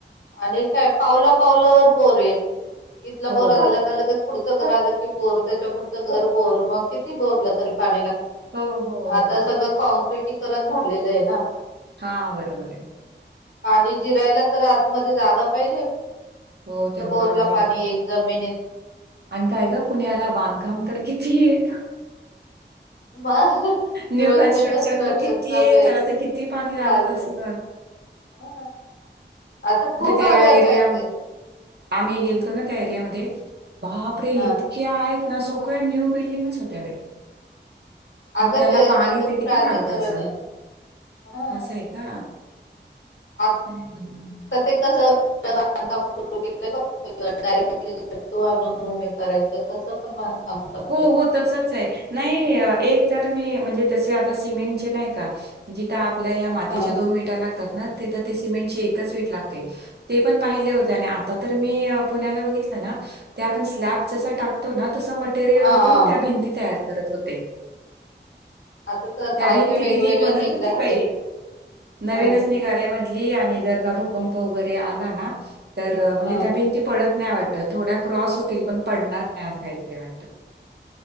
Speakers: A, on the left; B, on the right.
A: अ काय पावला पावलावर बोरेत. इथला
B: हो
A: बरं झाला का लगे पुढं घर आलं की बोर त्याच्या पुढचं घर बोर मग किती बोरलं तरी पा
B: हो हो
A: आता
B: हो
A: सगळ. करत झालेलं आहे ना.
B: हा बरोबर आहे.
A: पाणी जिरायला तर आतमध्ये जागा पाहिजे.
B: हो तेवढा
A: बोर
B: आहे
A: ला पाणी येईल जमिनीत
B: आणि काय ग, पुण्याला बांधकाम तर किती आहे.
A: मग
B: न्यू
A: रोजचे
B: कन्स्ट्रक्शन तर किती
A: चालू
B: आहेत
A: आहे
B: त्याला तर किती पाणी लागत
A: चालू
B: असणार.
A: आहेत हा. आता खूप
B: त्या
A: आग
B: एरिया
A: काय ते,
B: आम्ही गेलतो ना त्या एरिया मध्ये, बापरे
A: हा
B: इतके आहेत. ना सगळ्या, न्यू बिल्डिंगच होत्या बाई.
A: अगं
B: मग त्याला
A: ते
B: पाणी
A: काहीतरी
B: ते किती
A: प्राधिकरण
B: लागत असं,
A: आहे हा
B: असं आहे का.
A: आता
B: हम्म.
A: ते कसं, बाधंकाम सुर केल बग, डायरेक्टू आणून उभे करायच तसं पण बांधकाम करत
B: हो.. हो.. तसच आहे, नाही एक त्यात मी म्हणजे तसे आता सिमेंटची नाही का तिथं आत आपल्या ह्या, मातीच्या
A: हा
B: दोन विटा लाग तिथे तर सिमेंटची एकच वीट लागते. ते पण पाहिले होते आणि आत्ता तर मी पुण्याला बघितलं ना त्यात जसा स्लॅप टाकतो ना तस तेरे
A: हा
B: ओतून
A: हा
B: त्या भिंती तयार. करत होते.
A: आता तर
B: त्या
A: काय
B: भिंती
A: काय वेगवेगळं
B: दिदी म्हणत
A: निघलंय
B: होती.
A: अगं
B: बाई नवीनच
A: हा
B: निघालय म्हंटली, आणि जर का भु भूकंप वगैरे आला ना. तर म्हणजे,
A: हा
B: त्या भिंती पडत नाही वाटत थोड्या क्रॉस होतील. पण पडणार नाही असं काहीतरी वाटतं.